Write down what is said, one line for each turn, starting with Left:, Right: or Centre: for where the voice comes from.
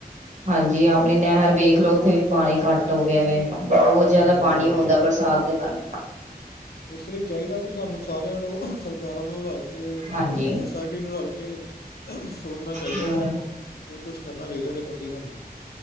Right: ਹਾਂਜੀ ਆਪਣੀ ਨਹਿਰ ਵੇਖ ਲੋ ਉੱਥੇ ਵੀ ਪਾਣੀ ਘੱਟ ਹੋ ਗਿਆ ਵੈ ਬਹੁਤ ਜਿਆਦਾ
Left: ਹਾਂਜੀ
Right: ਪਾਣੀ
Left: ਹਾਂਜੀ ਹਾਂਜੀ
Right: ਹੁੰਦਾ ਬਰਸਾਤ ਦੇ ਕਾਰਨ
Left: ਇਸ ਲਈ ਚਾਹੀਦਾ ਕਿ ਸਾਨੂੰ ਸਾਰਿਆਂ ਨੂੰ ਸਰਕਾਰਾਂ ਨੂੰ ਰਲ ਕੇ ਕੇ
Right: ਹਾਂਜੀ
Left: ਸੁਸਾਇਟੀ ਨੂੰ ਰਲ ਕੇ ਸੋਚਣਾ ਚਾਹੀਦਾ
Right: ਹਮ
Left: ਵਾ। ਤੇ ਕੁੱਛ ਕਰਨਾ ਚਾਹੀਦਾ ਇਹਦੇ ਪ੍ਰਤੀ ਸਾਨੂੰ